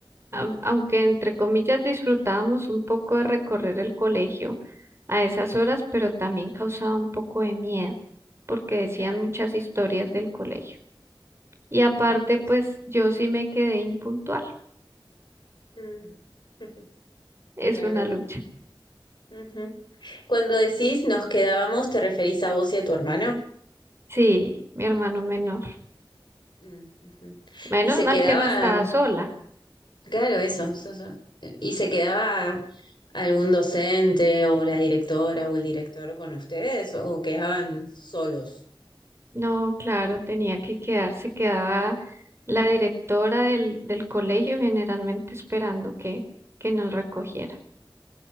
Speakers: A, on the right (about 30°); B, on the left (about 60°).
A: au- aunque entre comillas disfrutábamos un poco de recorrer el colegio a esas horas, pero también causaba un poco de miedo, porque decían
B: claro,
A: muchas historias del colegio. Y aparte,
B: claro, sí,
A: pues
B: sí.
A: yo sí me quedé impuntual,
B: Mm. <laughs>
A: es
B: Claro.
A: una lucha.
B: Ujú. Cuando decís nos quedábamos, ¿te referís a vos y a tu hermano?
A: Sí, mi hermano menor.
B: Mm, ujú.
A: Menos
B: Y se
A: mal
B: quedaba,
A: que no estaba sola.
B: claro, eso, eso, eso. ¿Y se quedaba algún docente o la directora o el director con ustedes o quedaban solos?
A: No, claro, tenía que quedarse, quedaba la directora del, del colegio generalmente esperando que, que nos recogiera.